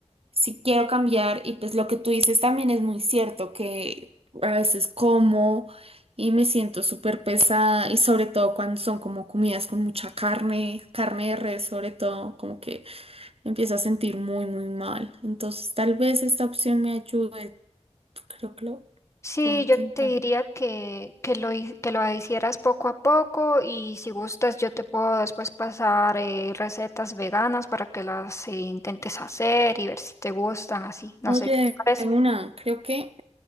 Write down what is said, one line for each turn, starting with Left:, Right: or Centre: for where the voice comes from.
Right: sí quiero cambiar y pues lo que tú dices también es muy cierto, que a veces como y me siento súper pesada y sobre todo cuando son como comidas con mucha carne, carne de res sobre todo, como que me empiezo a sentir muy, muy mal. Entonces, tal vez esta opción me ayude. Creo que lo
Left: Sí,
Right: puedo intentar.
Left: yo te diría que, que lo, hi- que lo hicieras poco a poco y si gustas yo te puedo después pasar eh, recetas veganas para que las eh, intentes hacer y ver si te gustan así. No
Right: Oye,
Left: sé qué te parece.
Right: una, creo que